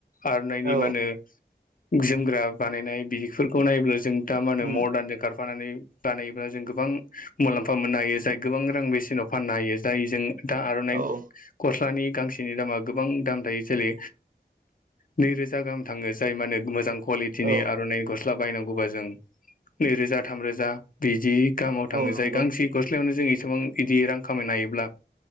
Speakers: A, on the left; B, on the right.
A: आर'नाइनि
B: औ
A: मा होनो जोमग्रा बानायनाय बेफोरखौ नायोब्ला जों दा मा होनो
B: उम
A: मदार्नजों खार फानानै बानायोब्ला जों गोबां मुलाम्फा मोननो हायो। जाय गोबां रां बेसेनाव फाननो हायो। जाय जों दा आर'नाइ
B: औ
A: गस्लानि गांसेनि दामा गोबां दाम थायो जेलै नैरोजा गाहाम थाङो। जाय माने मोजां कुवालिटिनि
B: औ
A: आर'नाइ गस्ला बायनांगौबा जों नैरोजा थामरोजा बिदि गामाव थाङो
B: औ नंगौ
A: जाय गांसे गस्लायावनो जों इसेबां बिदि रां खामायनो हायोब्ला